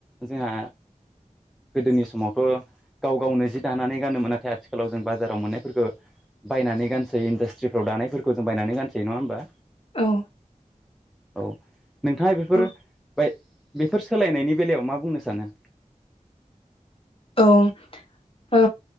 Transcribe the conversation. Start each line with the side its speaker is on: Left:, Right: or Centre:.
Centre: जोंहा गोदोनि समावथ' गाव गावनो जि दानानै गानोमोन नाथाय आथिखालाव जों बाजाराव मोननायफोरखो बायनानै गानसै इन्डास्ट्रिफ्राव दानायफोरखौ जों बायनानै गानसै नङा होमबा।
Left: औ
Centre: औ नोंथाङा बेफोर
Left: औ
Centre: बाय' बेफोर सोलायनायनि बेलायाव मा बुंनो सानो?
Left: औ औ